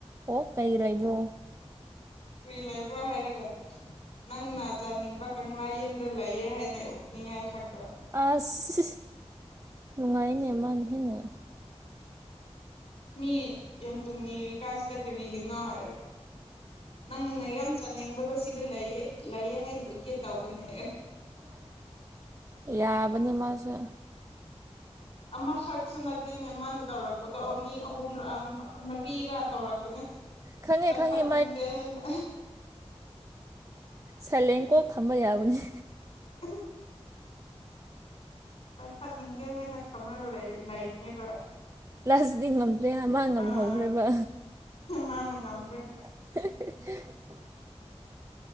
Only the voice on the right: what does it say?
ꯑꯣ ꯀꯩ ꯂꯩꯕ꯭ꯔꯣ
ꯑꯁ ꯅꯨꯡꯉꯥꯏꯅꯦ ꯃꯅꯍꯦꯟꯅ
ꯌꯥꯕꯅꯤ ꯃꯥꯁꯨ
ꯈꯪꯉꯦ
ꯈꯪꯉꯦ
ꯁꯂꯦꯡ ꯀꯣꯛ ꯊꯝꯕ ꯌꯥꯕꯅꯤ
ꯄ꯭ꯂꯥꯁꯗꯤ ꯉꯝꯗ꯭ꯔꯦ ꯑꯃ ꯉꯝꯍꯧꯈ꯭ꯔꯦꯕ
<unintelligible>